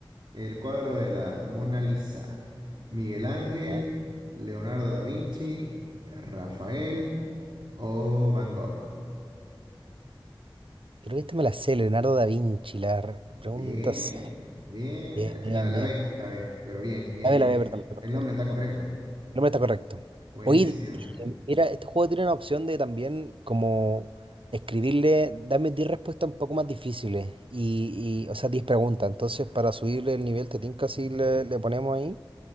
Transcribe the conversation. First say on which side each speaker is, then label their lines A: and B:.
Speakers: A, on the right; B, on the right.
A: el cuadro de la Mona Lisa? ¿Miguel Ángel,
B: ¿ah?
A: Leonardo da Vinci, Rafael o Van Gogh?
B: Creo que esta me la sé, Leonardo da Vinci, la re-
A: Bien,
B: pregunta C.
A: bien.
B: Bien, bien,
A: La, la
B: bien.
A: B, la B, pero bien, bien.
B: A ver, a ver,
A: El,
B: perdón, perdón,
A: el
B: perdón.
A: nombre está correcto.
B: No me está correcto.
A: Buenísimo.
B: Oye, eh, mira, este juego tiene una opción de también como escribirle, dame 10 respuestas un poco más difíciles y, y, o sea, 10 preguntas. Entonces, para subirle el nivel, te tinca así le, le ponemos ahí.